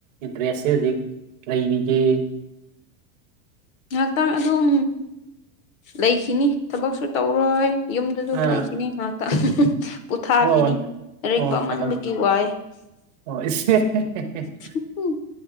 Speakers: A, on the right; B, on the left.
A: ꯏꯟꯇꯔꯦꯁꯁꯦ ꯍꯧꯖꯤꯛ ꯂꯩꯔꯤꯒꯦ
B: ꯉꯥꯏꯍꯥꯛꯇꯪ ꯑꯗꯨꯝ ꯂꯩꯈꯤꯅꯤ ꯊꯕꯛꯁꯨ ꯇꯧꯔꯣꯏ ꯌꯨꯝꯗ ꯑꯗꯨꯝ
A: ꯑꯥ
B: ꯂꯩꯈꯤꯅꯤ ꯉꯥꯛꯇ ꯄꯣꯊꯥꯒꯤꯅꯤ
A: ꯍꯣꯏ
B: ꯂꯥꯔꯤꯛ
A: ꯑꯣ
B: ꯄꯥꯝꯃꯟꯕꯒꯤ
A: ꯃꯇꯝ
B: ꯋꯥꯏ
A: ꯑꯣ <unintelligible>
B: <unintelligible>